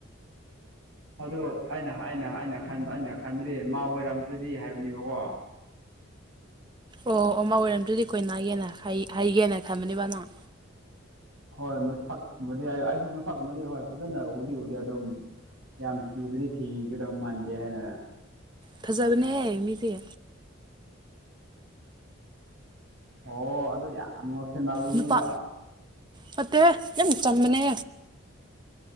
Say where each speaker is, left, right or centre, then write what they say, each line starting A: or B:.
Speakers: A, on the right; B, on the right.
A: ꯑꯗꯨ ꯑꯩꯅ ꯑꯩꯅ ꯑꯩꯅ ꯈꯥꯟ ꯑꯩꯅ ꯈꯟꯕꯗꯤ ꯃꯥ ꯑꯣꯏꯔꯝꯗ꯭ꯔꯗꯤ ꯍꯥꯏꯕꯅꯦꯕꯀꯣ
B: ꯑꯣ ꯑꯃꯥ ꯑꯣꯏꯔꯝꯗ꯭ꯔꯗꯤ ꯀꯣꯏ ꯅꯒꯦꯅ ꯍꯥꯏꯒꯦꯅ ꯈꯟꯕꯅꯦꯕ ꯅꯪ
A: ꯍꯣꯏ ꯃꯁꯛꯀꯨꯝꯕꯗꯤ ꯑꯩꯁꯨ ꯃꯁꯛꯀꯨꯝꯕꯗꯤ ꯍꯣꯏ ꯐꯖꯅ ꯎꯗꯤ ꯎꯗꯦ ꯑꯗꯨꯝ ꯌꯥꯝ ꯊꯤꯕꯗꯤ ꯊꯤꯒꯗꯧ ꯃꯥꯟꯗꯦ ꯍꯥꯏꯅ
B: ꯐꯖꯕꯅꯦꯍꯦ ꯃꯤꯗꯤ
A: ꯑꯣ ꯑꯗꯣ ꯌꯥꯝ ꯉꯥꯎꯁꯟꯅꯕ
B: ꯅꯨꯄꯥ
A: ꯃꯤꯔꯣ
B: ꯅꯠꯇꯦꯍꯦ ꯌꯥꯝ ꯆꯝꯃꯅꯦ